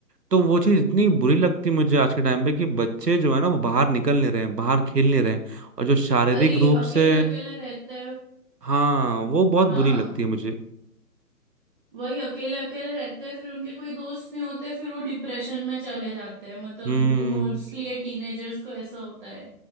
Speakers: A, on the right; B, on the right.
A: तो वो चीज इतनी बुरी लगती है मुझे आज के टाइम पे कि बच्चे जो है ना वो बाहर निकल नहीं रहे हैं बाहर खेल नहीं रहे हैं और जो शारीरिक
B: वही
A: रूप
B: अकेले
A: से
B: अकेले रहते हैं
A: हाँ वो बहुत
B: हाँ
A: बुरी लगती है मुझे
B: वही अकेले अकेले रहते हैं फिर उनके कोई दोस्त नहीं होते फिर वो डिप्रेशन में चले जाते हैं मतलब
A: हम्म
B: मोस्टली टीनेजर्स को ऐसा होता है